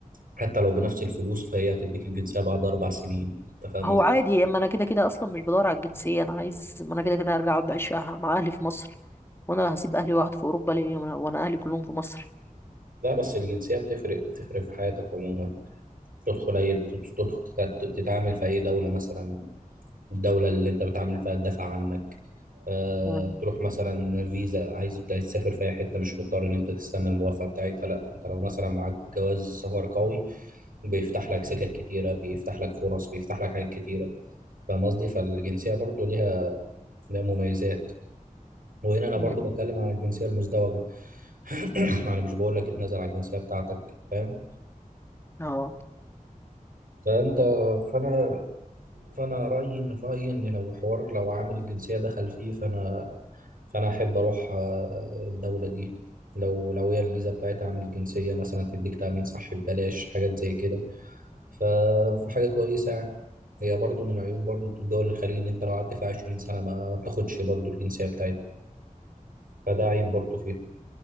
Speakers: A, on the right; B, on the left.
A: حتى لو بنفس الفلوس فهي هتديك الجنسية بعد أربع سنين انت فاهم
B: هو
A: قصدي؟
B: عادي اما انا كده كده اصلا مش بدور على الجنسيه انا عايز ما انا كده كده هرجع اقعد اعيش في- مع اهلي في مصر وانا هسيب اهلي واقعد في اوروبا ليه وانا وأنا اهلي كلهم في مصر
A: لا بس الجنسية بتفرق بتفرق في حياتك عموما تدخل أي تدخل تتع- تتعامل في أي دولة مثلا الدولة اللي أنت بتعامل فيها تدافع عنك أه
B: مم.
A: تروح مثلا فيزا عايز ت- تسافر في أي حتة مش مضطر إن أنت تستنى الموافقة بتاعتها لا أنت لو مثلا معاك جواز سفر قوي بيفتح لك سكك كتيرة بيفتح لك فرص بيفتح لك حاجات كتيرة فاهم قصدي فالجنسية برضو ليها ليها مميزات وهنا أنا برضو
B: مم.
A: بتكلم عن الجنسية المزدوجة <coughs> <clears throat> يعني مش بقول لك اتنازل على الجنسية بتاعتك فاهم
B: اه
A: فأنت فأنا فانا رايي ان رايي ان لو حوار لو عامل الجنسيه دخل فيه فانا فانا احب اروح آه، الدوله دي لو لو هي الفيزا بتاعتها عامل الجنسيه مثلا تديك تامين صحي ببلاش حاجات زي كده ف- فحاجه كويسه يعني هي برضو من عيوب برضو الدول الخليج ان انت لو قعدت فيها 20 سنه ما ما بتاخدش برضو الجنسيه بتاعتها فده عيب برضو فيها